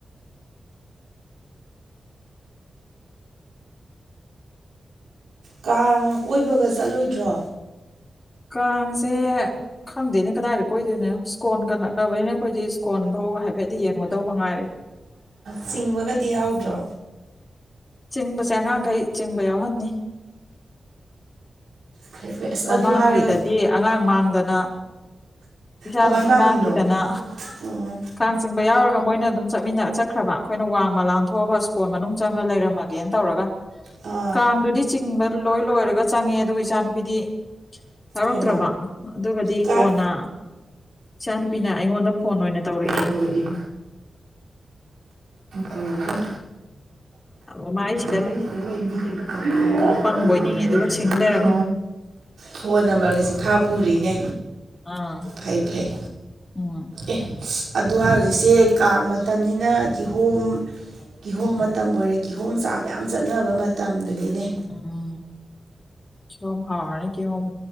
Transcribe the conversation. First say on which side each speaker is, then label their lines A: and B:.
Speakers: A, on the right; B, on the left.
A: ꯀꯥꯡ ꯀꯣꯏꯕꯒ ꯆꯠꯂꯣꯏꯗ꯭ꯔꯣ
B: ꯀꯥꯡꯁꯦ ꯈꯪꯗꯦꯅꯦ ꯀꯗꯥꯏꯗ ꯀꯣꯏꯗꯣꯏꯅꯣ ꯁ꯭ꯀꯣꯟꯒ ꯅꯛꯅꯕꯅꯤꯅ ꯑꯩꯈꯣꯏꯗꯤ ꯁ꯭ꯀꯣꯟ ꯐꯧ ꯍꯥꯏꯐꯦꯠ ꯌꯦꯡꯉꯨꯗꯧ ꯃꯉꯥꯏꯔꯦ
A: ꯆꯤꯡꯕꯒꯗꯤ ꯌꯥꯎꯗ꯭ꯔꯣ
B: ꯆꯤꯡꯕꯁꯦ ꯑꯉꯥꯡꯈꯩ ꯆꯤꯡꯕ ꯌꯥꯎꯍꯟꯅꯤ
A: ꯐꯩ ꯐꯩ ꯑꯁ
B: ꯃꯃꯥꯡꯒꯤꯗꯗꯤ
A: ꯑꯗꯨ ꯍꯥꯏꯔꯒ
B: ꯑꯉꯥꯡ ꯃꯥꯡꯗꯅ ꯏꯆꯥ
A: ꯀꯃꯥꯏ
B: ꯅꯨꯨꯄꯤ
A: ꯃꯥꯡꯉꯤꯅꯣ
B: ꯃꯥꯥꯡꯒꯤꯗꯅ
A: ꯎꯝ
B: ꯀꯥꯡ ꯆꯤꯡꯕ ꯌꯥꯎꯔꯒ ꯃꯣꯏꯅ ꯑꯗꯨꯝ ꯆꯠꯃꯤꯟꯅ ꯆꯠꯈ꯭ꯔꯕ ꯑꯩꯈꯣꯏꯅ ꯋꯥꯡꯃ ꯂꯥꯟꯊꯣꯛꯑꯒ ꯁ꯭ꯀꯣꯜ ꯃꯅꯨꯡ ꯆꯪꯉ ꯂꯩꯔꯝꯃꯒꯦꯅ ꯇꯧꯔꯒ
A: ꯑꯥ
B: ꯀꯥꯡꯗꯨꯗꯤ ꯆꯤꯡꯕ ꯂꯣꯏ ꯂꯣꯏꯔꯒ ꯆꯪꯉꯦ ꯑꯗꯨꯒ ꯏꯆꯥꯅꯨꯄꯤꯗꯤ ꯌꯥꯎꯔꯛꯇ꯭ꯔꯕ
A: ꯍꯩꯃꯥ
B: ꯑꯗꯨꯒꯗꯤ
A: ꯀꯥꯏ
B: ꯀꯣꯟꯅ ꯏꯆꯥ ꯅꯨꯨꯄꯤꯅ ꯑꯩꯉꯣꯟꯗ ꯐꯣꯟ ꯑꯣꯏꯅ ꯇꯧꯔꯛꯑꯦ
A: ꯇꯧꯔꯒꯏ ꯔꯨꯔ
B: ꯑ ꯃꯥꯥꯏꯁ
A: ꯃꯥꯏꯁꯤꯗ ꯂꯩ ꯃꯤꯗꯒꯤ ꯐꯪꯉ
B: ꯄꯪꯕ
A: ꯑꯗꯨ
B: ꯑꯣꯏꯅꯤꯡꯉꯦ
A: ꯐꯪꯗꯣꯏꯅꯤꯡꯉꯦ
B: ꯁꯤꯡ
A: ꯑꯗꯨꯒ
B: ꯂꯩꯔꯝꯃꯦ
A: ꯁꯤ ꯐꯣꯟ ꯅꯝꯕꯔꯒꯁ ꯐꯥ ꯄꯨꯔꯤꯅꯦ
B: ꯑꯥ
A: ꯐꯩ ꯐꯩ
B: ꯎꯝ
A: ꯑꯦ ꯑꯗꯣ ꯍꯧꯖꯤꯛꯁꯦ ꯀꯥꯡ ꯃꯇꯝꯅꯤꯅ ꯀꯤꯍꯣꯝ ꯀꯤꯍꯣꯝ
B: ꯎꯝ
A: ꯃꯇꯝ ꯑꯣꯏꯔꯦ ꯌꯊꯣ ꯆꯥꯕ ꯌꯥꯝ ꯆꯠꯅꯕ ꯃꯇꯝꯗꯨꯅꯤꯅꯦ
B: ꯎꯝ ꯀꯤꯍꯣꯝ ꯍꯥꯎꯔꯅꯤ ꯀꯤꯍꯣꯝ